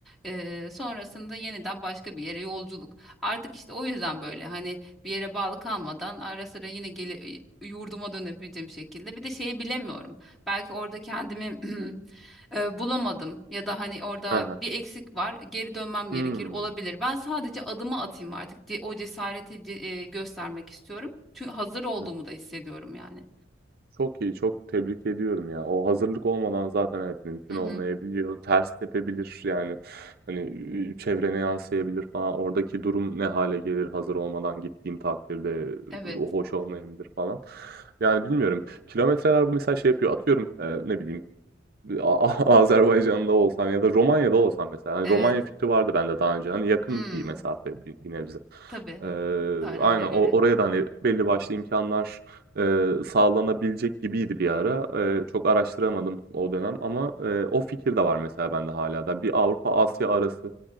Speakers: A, in the centre; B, on the right.
A: Ee, sonrasında yeniden başka bir yere yolculuk artık işte o yüzden böyle hani bir yere bağlı kalmadan ara sıra yine gele, yurduma dönebileceğim şekilde bir de şeyi bilemiyorum belki orada kendimi <clears throat> e, bulamadım ya da hani orada
B: Hı hı.
A: bir eksik var geri dönmem gerekir
B: Hımm.
A: olabilir. Ben sadece adımı atayım artık Ce- o cesareti ce- e, göstermek istiyorum. Çünkü hazır olduğumu
B: Hı hı.
A: da hissediyorum yani.
B: Çok iyi, çok tebrik ediyorum ya. O hazırlık olmadan zaten evet mümkün
A: Hı hı.
B: olmayabiliyor. Ters tepebilir yani, hani, ü çevrene yansıyabilir falan. Oradaki durum ne hâle gelir hazır olmadan gittiğin takdirde,
A: Evet.
B: o hoş olmayabilir falan. Yani bilmiyorum. Kilometreler mesela şey yapıyor, atıyorum, eee, ne bileyim A A <laughs> Azerbaycan'da olsam ya da Romanya'da olsam mesela, hani,
A: Evet.
B: Romanya fikri vardı bende daha önce. Hani, yakın
A: Hmm.
B: bir mesafe bi bir nebze.
A: Tabii
B: Eee,
A: Tayland'a
B: aynen
A: göre.
B: o oraya da, hani, belli başlı imkanlar eee, sağlanabilecek gibiydi bir ara. Eee, çok araştıramadım o dönem ama, eee, o fikir de var mesela bende hala da. Bir Avrupa-Asya arası,